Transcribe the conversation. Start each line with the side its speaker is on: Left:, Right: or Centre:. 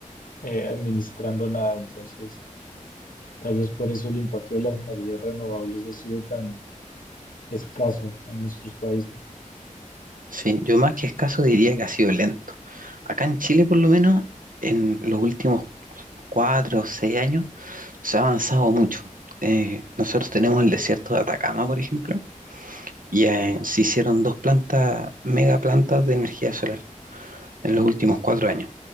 Left: eh, administrando nada, entonces tal vez por eso el impacto de las energías renovables ha sido tan escaso en nuestros países.
Right: Sí, yo más que escaso diría que ha sido lento. Acá en Chile, por lo menos, en los últimos cuatro o seis años, se ha avanzado mucho. Eh, nosotros tenemos el desierto de Atacama, por ejemplo, y eh, se hicieron dos plantas, mega plantas de energía solar en los últimos cuatro años.